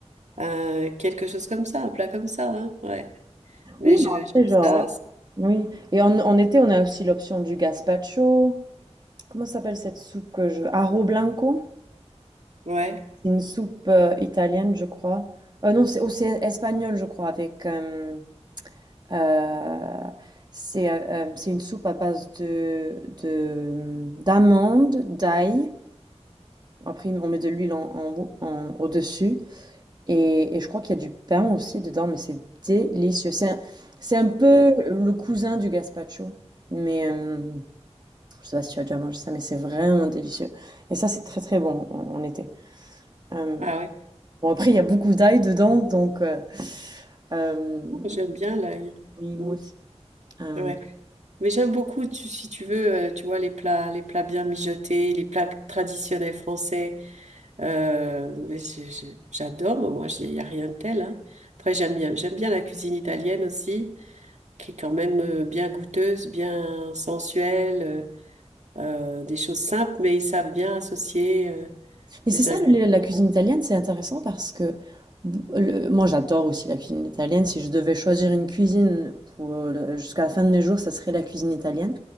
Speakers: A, on the right (about 90°); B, on the right (about 40°).
A: un- quelque chose comme ça, un plat comme ça, hein, ouais. Mais
B: Oui,
A: je-
B: non,
A: j'aime
B: après, genre,
A: ça, c'est-
B: Oui. Et en, en été, on a aussi l'option du gazpacho. Comment s'appelle cette soupe que je... Arro blanco?
A: ouais,
B: C'est une soupe euh, italienne, je crois. Euh, non, c'est oh, c'est espagnol, je crois, avec... euh, Euh, c'est euh, c'est une soupe à base de de d'amandes, d'ail. Après, on met de l'huile en, en haut- en- au-dessus. Et, et je crois qu'il y a du pain aussi dedans, mais c'est délicieux. C'est un, c'est un peu
A: ouais.
B: le cousin du gazpacho. Mais euh, je sais pas si tu as déjà mangé ça, mais c'est vraiment délicieux. Et ça, c'est très très bon en, en été. Euh,
A: Ah ouais.
B: bon, après, il y a beaucoup d'ail dedans, donc... euh, euh,
A: J'aime bien l'ail.
B: oui,
A: Mm.
B: moi aussi. Euh,
A: Ouais. Mais j'aime beaucoup, tu- si tu veux, euh, tu vois, les plats, les plats bien mijotés, les plats traditionnels français. Euh, ouais, je- je- j'adore, moi, il n'y a rien de tel. hein. Après, j'aime bien, j'aime bien la cuisine italienne aussi, qui est quand même euh, bien goûteuse, bien sensuelle, euh, euh, des choses simples, mais ils savent bien associer euh,
B: Mais c'est
A: les
B: ça,
A: ingrédients.
B: le- la cuisine italienne, c'est intéressant parce que b- le- moi j'adore aussi la cuisine italienne. Si je devais choisir une cuisine pour le- jusqu'à la fin de mes jours, ça serait la cuisine italienne.